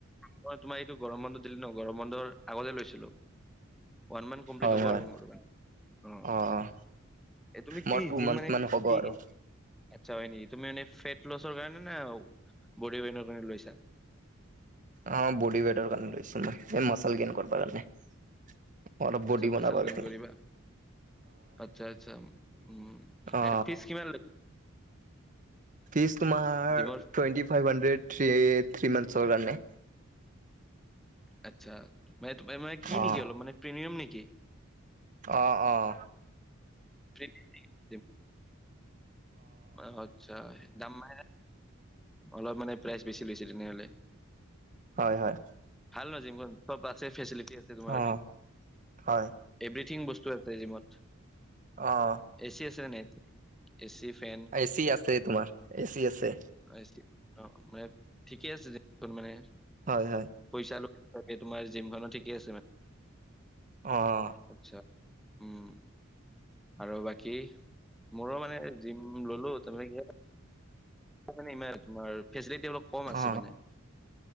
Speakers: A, in the centre; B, on the right.
A: মই তোমাৰ এইটো গৰম বন্ধ দিলে ন', গৰম বন্ধৰ আগতে লৈছিলোঁ। ওৱান মান্থ কমপ্লিট
B: হয়,
A: হ'ব
B: হয়।
A: আৰু মোৰ মানে অঁ
B: অ',
A: তুমি
B: মই
A: কি
B: টু
A: জিম
B: মান্থ
A: মানে
B: মান হ'ব
A: কি
B: আৰু
A: আচ্ছা হয় নেকি, তুমি মানে ফেট লছৰ কাৰণে নে বডি পেইনৰ কাৰণে লৈছা।
B: অঁ বডি ৱেটৰ কাৰণে লৈছো মই মাচল গেইন কৰিব কাৰণে। মই অলপ
A: আচ্ছা
B: বডি
A: মাচল
B: বনাব
A: গেইন
B: বিচাৰোঁ।
A: কৰিবা আচ্ছা আচ্ছা উম,
B: অ
A: ফিচ কিমান লৈ
B: ফিজ তোমাৰ
A: জিমৰ
B: twenty five hundred three three মন্তচৰ কাৰণে।
A: আচ্ছা মানে মানে কি
B: অ
A: নেকি অলপ মানে প্ৰিমিয়াম নেকি?
B: অঁ অঁ
A: <inaudible> অ আচ্ছা দাম মানে অলপ মানে প্ৰাইচ বেছি লৈছে তেনেহলে।
B: হয় হয়।
A: ভাল নাজিম চব আছে ফেচিলিটি আছে তোমাৰ।
B: অ হয়
A: এভ্ৰিথিং বস্তু আছে জিমত।
B: অঁ
A: এ চি আছে নে নাই? এচি ফেন
B: এ চি আছে তোমাৰ এ চি আছে
A: এ চি অঁ মানে ঠিকে আছে দেন মানে
B: হয় হয়।
A: পইচা অলপ লাগে তোমাৰ জিম খনত ঠিকে আছে মানে।
B: অঁ
A: আচ্ছা, উম। আৰু বাকী মোৰো মানে জিম ললো তামানে কি হল তাৰমানে ইমান তোমাৰ ফেচিলিটী অলপ কম আছে
B: অ
A: মানে